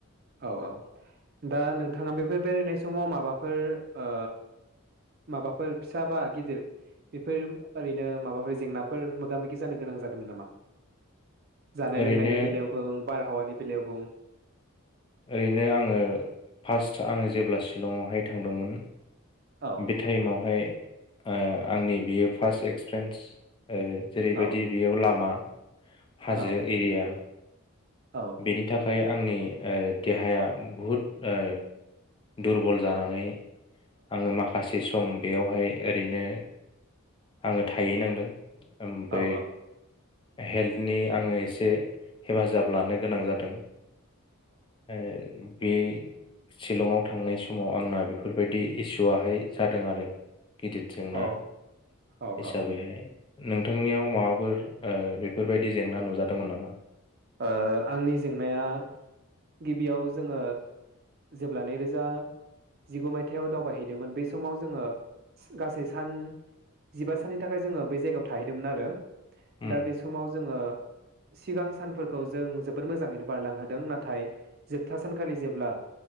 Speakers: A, on the right; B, on the left.
A: औ औ दा नोंथाङा बेफोर बेरायनाय समाव माबाफोर ओ माबाफोर फिसा बा गिदिर बेफोर ओरैनो माबाफोर जेंनाफोर मोगा मोगि जानो गोनां जादोंमोन नामा जानाय
B: ओरैनो
A: लोंनायनि बेलायावबो बार हावानि बिलायाव बुं
B: ओरैनो आङो फार्स्ट आदसा आङो जेब्ला शिलंआवहाय थांदोंमोन
A: औ
B: बे टाइमावहाय ओ आंनि बियो फार्स्ट एक्सपिरियेन्स ओ जेरैबायदि
A: औ
B: बेयाव लामा हाजो
A: औ
B: एरिया
A: औ
B: बेनि थाखाय आंनि ओ देहाया बुहुद ओ दुरबल जानानै आङो माखासे सम बेयावहाय ओरैनो आङो थाहै नांदों ओमफ्राय
A: औ
B: हेल्थनि आङो एसे हेफाजाब लानो गोनां जादों ए बे शिलंआव थांनाय समाव आंना बेफोरबायदि इसुआहाय जादों आरो गिदिर जेंना
A: औ औ
B: हिसाबैहाय
A: औ
B: नोंथांनियाव माबाफोर ओ बेफोरबायदि जेंना नुजादोंमोन नामा
A: ओ आंनि जेंनाया गिबियाव जोङो जेब्ला नैरोजा जिगु मायथाइयाव दावबायहैदोंमोन बै समाव जोङो गासै सान जिबा साननि थाखाय जोङो बै जायगायाव थाहैदोंमोन आरो
B: उम
A: दा बे समाव जोङो सिगां सानफोरखौ जों जोबोोर मोजाङै बारलांहोदों नाथाय जोबथा सानखालि जेब्ला